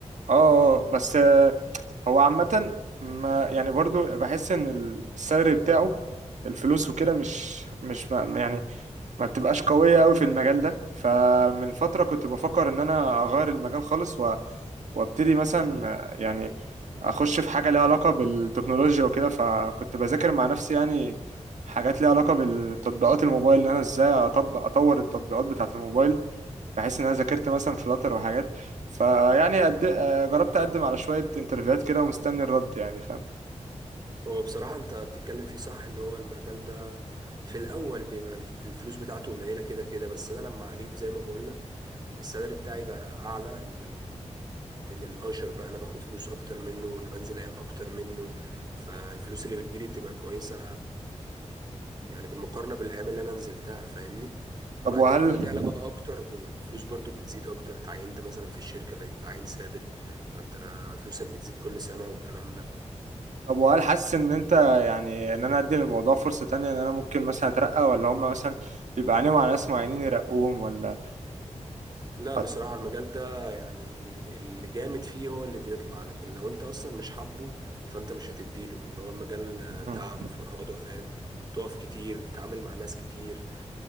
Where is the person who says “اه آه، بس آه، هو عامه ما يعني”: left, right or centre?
Right